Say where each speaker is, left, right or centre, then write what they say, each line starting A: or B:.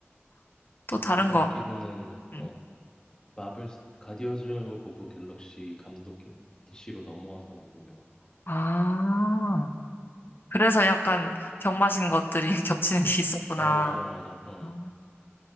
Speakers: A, on the left; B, on the left.
A: 또 다른
B: 내가
A: 거.
B: 알기로는 어
A: 응.
B: 마블 스- 가디언즈 오브 갤럭시 감독인 DC로 넘어와서 만든 영화일 거야.
A: 아, 그래서 약간 병 마신 것들이 <laughs> 겹치는 게 있었구나.
B: 어 맞아 맞아. 어
A: 아,